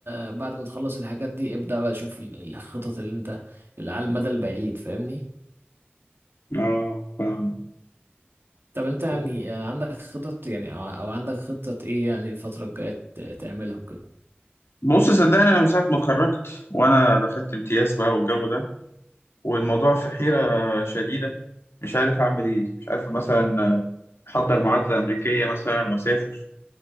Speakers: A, on the right; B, on the left.
A: آه، بعد ما تخلص الحاجات دي ابدأ بقى شوف ال- الخطط اللي انت اللي على المدى البعيد فاهمني
B: اه فاهم
A: طب انت يعني
B: طب.
A: آه، عندك خطط يعني او أو عندك خطة ايه يعني الفترة الجاية ت- تعملها وكده
B: بص صدقني أنا من ساعة ما اتخرجت وأنا دخلت امتياز بقى والجو ده والموضوع في حيرة شديدة مش عارف أعمل إيه مش عارف مثلا أحضر معادلة أمريكية مثلا وأسافر